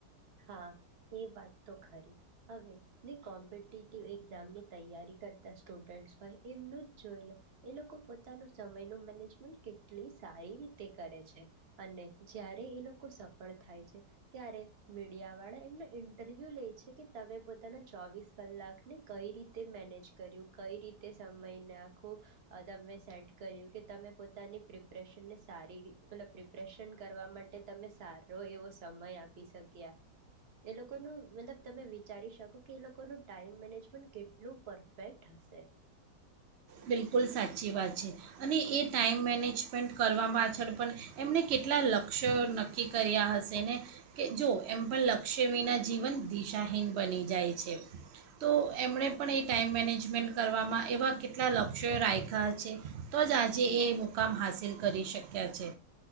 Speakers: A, on the right; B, on the right.
A: હા એ વાત તો ખરી હવે જે કોમ્પિટટિવ એક્ઝામની તૈયારી કરતા સ્ટુડન્ટ્સ હોય એમનું જ જોઈ લો એ લોકો પોતાનો સમયનું મેનેજમેન્ટ કેટલી સારી રીતે કરે છે અને જ્યારે એ લોકો સફળ થાય છે ત્યારે મીડિયાવાળા એમનો ઇન્ટરવ્યૂ લે છે કે તમે પોતાના ચોવીસ કલાકને કઈ રીતે મેનેજ કર્યું કઈ રીતે સમયનેખું તમે સેટ કર્યું કે તમે પોતાની પ્રિપરેેશનને સારી રી મતલબ પ્રિપરેેશન કરવા માટે તમે સારો એવો સમય આપી શકો એ લોકોલ તમે વિચારી શકો કે એ લોકોનું ટાઈમ મેનેજમેન્ટ કેટલું પરફેક્ટ હશે
B: બિલકુલ સાચી વાત છે અને એ ટાઈમ મેનેજમેન્ટ કરવા પાછળ પણ એમણે કેટલા લક્ષ્ય નક્કી કર્યા હશે ને કે જો એમ પણ લક્ષ્ય વિના જીવન દિશાહીન બની જાય છે તો એમણે પણ એ ટાઈઇમ મેનેજમેન્ટ કરવામાં એવા કેટલા લક્ષ્યો રાખ્યા છે તો જ આજે એ મુકામ હંાસિલ કરી શક્યા છે